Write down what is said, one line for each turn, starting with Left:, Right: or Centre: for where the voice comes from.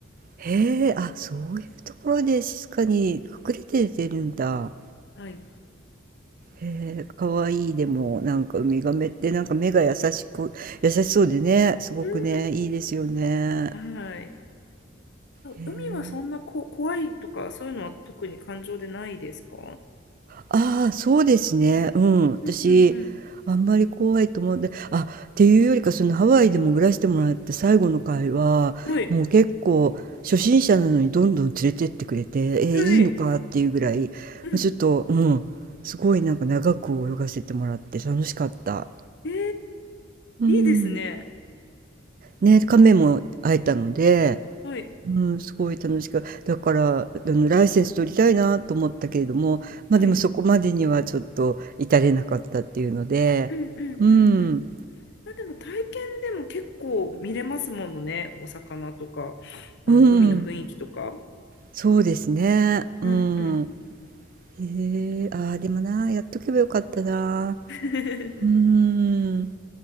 Right: へえ、あ、そういうところで静かに隠れて寝てるんだ。
Left: はい。
Right: へえ、かわいい。でも、なんかウミガメってなんか目が優しく、優しそうでね、すごくね、
Left: うん
Right: いいですよね。
Left: うん。はい。
Right: へえ。
Left: 海はそんなこ怖いとか、そういうのは特に感情でないですか
Right: ああ、そうですね。うん。私、
Left: うんうんうん
Right: あんまり怖いと思って、あ、っていうよりか、そのハワイでも暮らしてもらった最後の回は、
Left: はい。
Right: もう結構、初心者なのにどんどん連れてってくれて、えーいいのかっていうぐらい、
Left: はい。うん。
Right: まあちょっと、うん、すごいなんか長く泳がせてもらって楽しかった。
Left: えー、
Right: うん。
Left: いいですね。
Right: ね、亀も会えたので、
Left: はい。
Right: うん、すごい楽しく、だから、あの、ライセンス取りたいなと思ったけれども、ま、
Left: はい。
Right: あでもそこまでにはちょっと至れなかったっていうので、
Left: うんうんうんうん。
Right: うん、
Left: まあ、でも体験でも結構見れますものね。お魚とか、あの、
Right: うん、
Left: 海の雰囲気とか。
Right: そうですね、
Left: うんうん。
Right: うん。へえ、ああ、でもな、やっとけばよかったな。
Left: <laughs>
Right: うーん。